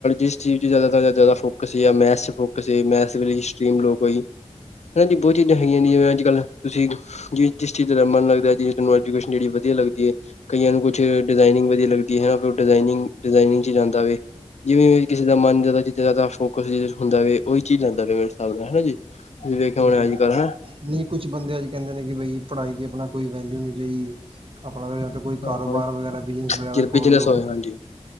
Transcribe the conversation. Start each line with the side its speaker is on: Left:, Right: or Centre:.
Left: ਜਿਸ ਚੀਜ਼ ਜ਼ਿਆਦਾ ਜ਼ਿਆਦਾ ਫੋਕਸ ਸੀ ਮੈਥ ਚ ਫੋਕਸ ਸੀ ਮੈਥ ਸਟਰੀਮ ਲੋਕ ਕੋਈ ਹਨਾ ਜੀ ਬਹੁਤੀਾਂ ਹੈਗੀਆਂ ਜਿਵੇਂ ਅੱਜ ਕੱਲ੍ਹ ਤੁਸੀਂ ਜਿਂ ਜਿਸ ਚੀਜ਼ਾਂ ਦਾ ਮਨ ਲੱਗਦਾ ਜਿਵੇਂ ਤੁਹਾਨੂੰਜਕੇਸ਼ਨ ਜਿਹੜੀ ਵਧੀਆ ਲੱਦੀਏ ਕਈਆਂ ਨੂੰ ਕੁਛ ਡਿਜ਼ਾਇਨਿੰਗ ਵਧੀਆ ਲੱਗ ਉਹ ਡਿਿੰਗ ਡਿਾਇਨਿੰਗ ਚ ਜਾਂਦਾ ਹੋਵੇ ਜਿਵੇਂ ਕਿਸੇ ਦਾ ਮਨ ਫੋਕਸ ਹੁੰਦਾ ਵਵੇ ਉਹੀ ਚੀਜ਼ ਲੈਂਦਾਵੇ ਮੇਰੇਿਸਾਬ ਨਾਲ ਹੈਾ ਜੀ ਤੁਸੀਂ ਵੇਖਿਆ
Right: ਬਿਲਕੁਲ
Left: ਹੋਣਾ ਅੱਜ
Right: ਬਿਲਕੁਲ
Left: ਕੱਲ੍ਹ
Right: ਨਹੀਂ ਕੁੱਛ ਬੰਦੇ ਅੱਜ ਕਹਿੰਦੇ ਨੇ ਕਿ ਬਈ ਪੜ੍ਹਾਈ ਦੇ ਆਪਣਾ ਕੋਈ ਵੈਲਿਊ ਨਹੀਂ ਰਹੀ ਜਾਂ ਕੋਈ
Left: ਹਨਾ
Right: ਕਾਰੋਬਾਰ ਵਗੈਰਾ ਬਿਜਨਸ ਵਗੈਰਾ
Left: ਜ
Right: ਖੋਲਲੋ
Left: ਬਿਜਨਸ ਹੋਇਆ ਹਾਂਜੀ